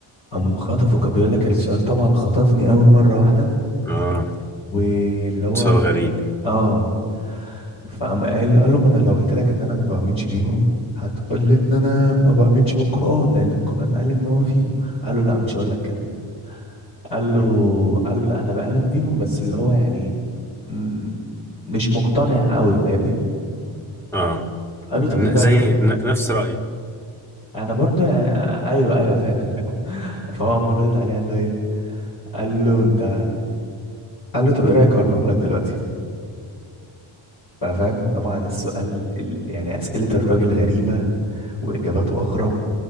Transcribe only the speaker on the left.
قام خطفه كان بيقول لك السؤال طبعا خطفني قوي مره واحده
واللي هو
اه فقام قال قال له ما انا لو قلت لك ان انا ما بؤمنش بيهم هتقول لي ان انا ما بؤمنش بالقران لان القران قال ان هو فيهم قال له لا مش هقول لك كده قال له قال له لا انا بامن بيهم بس اللي هو يعني م- مش مقتنع قوي فاهمني
قال له طب
ايه رايك
انا برضو يعني- ايوه ايوه فاهم <laughs> فهو قام رد عليه قال له ايه قال له انت قال له طب ايه رايك اقربهم لك دلوقتي ففاهم طبعا السؤال ال... يعني اسئله الراجل غريبه واجاباته اغرب